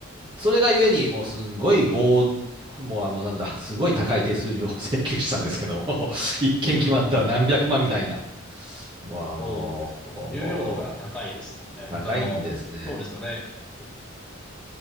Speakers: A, on the right (about 25°); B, in the centre.
A: それがゆえに、もうすんごい棒、もうあの、なんだ、すごい高い手数料を請求したんですけども、<laughs> 一件決まったら何百万みたいな。
B: うん、
A: もうあの
B: そうですよ。重要度が高いですもんね。他の、
A: 高いんですね。
B: そうですよね。うん